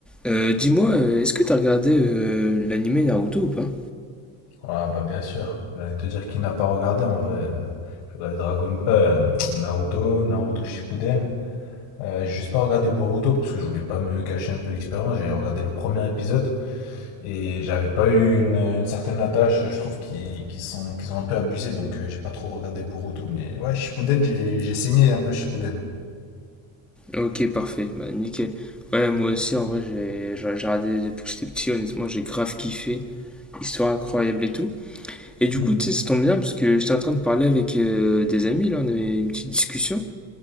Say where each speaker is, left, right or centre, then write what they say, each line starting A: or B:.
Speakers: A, in the centre; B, on the left.
A: Euh, dis-moi, euh, est-ce que t'as regardé euh, l'anime Naruto ou pas?
B: Ouais, bah bien sûr. J'allais te dire qui n'a pas regardé en vrai. euh, J'ai regardé Dragon Ball- euh, Naruto, Naruto Shippuden. Euh, j'ai juste pas regardé Boruto parce que je voulais pas me gâcher un peu l'expérience. J'avais regardé le premier épisode et j'avais pas eu une, une certaine attache. Je trouve qu'ils qu'ils sont, qu'ils ont un peu abusé donc euh, j'ai pas trop regardé Boruto. Mais ouais, Shippuden, j'ai j'ai saigné un peu Shippuden.
A: Ok, parfait, bah nickel. Ouais, moi aussi, en vrai, j'ai j'ai- j'ai regardé depuis que j'étais petit, honnêtement, j'ai grave kiffé. Histoire incroyable et tout. Et du
B: Mhm.
A: coup, tu sais, ça tombe bien parce que j'étais en train de parler avec euh, des amis, là, on avait une petite discussion.